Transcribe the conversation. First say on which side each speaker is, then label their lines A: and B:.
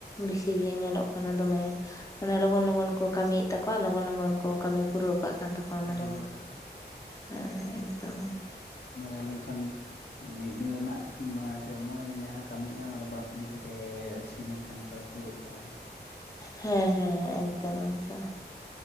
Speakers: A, on the left; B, on the left.
A: ᱵᱤᱥᱤ ᱜᱮ ᱧᱮᱞᱚᱜ ᱠᱟᱱᱟ ᱫᱚᱢᱮ ᱢᱟᱱᱮ ᱞᱚᱜᱚᱱ ᱞᱚ ᱜᱚᱱ ᱠᱚ ᱠᱟᱹᱢᱤᱭᱮᱫ ᱛᱟᱠᱚᱣᱟ, ᱞᱚᱜᱚᱱ ᱞᱚᱜᱚᱱ ᱠᱚ ᱠᱟᱹᱢᱤ ᱯᱩᱨᱟᱹᱣ ᱠᱟᱜ ᱠᱟᱱ ᱛᱟᱠᱚᱣᱟ ᱢᱟᱱᱮᱢ
B: ᱦᱳᱭ ᱦᱳᱭ
A: ᱦᱮᱸ ᱮᱠᱫᱚᱢ ᱦᱮᱸ᱾
B: ᱮᱸ ᱞᱮᱝᱠᱷᱟᱱ ᱢᱤᱫ ᱫᱤᱱ ᱨᱮᱱᱟᱜᱼᱠ ᱢᱟᱱᱮ ᱪᱮᱫ ᱢᱚᱬᱮ ᱫᱤᱱ ᱡᱟᱦᱟᱸ ᱠᱟᱹᱢᱤᱜ-ᱟ ᱚᱱᱟ ᱫᱚ ᱵᱟᱨ ᱫᱤᱱ ᱛᱮᱜᱮ ᱥᱤ ᱞᱮᱝᱠᱷᱟᱱ ᱫᱚ ᱯᱩᱨᱟᱹᱜ ᱠᱟᱜᱼᱟ ᱚᱱᱟ ᱫᱚ᱾
A: ᱦᱮᱸ ᱦᱮᱸ ᱮᱠᱫᱚᱢ ᱮᱠᱫᱚᱢ ᱾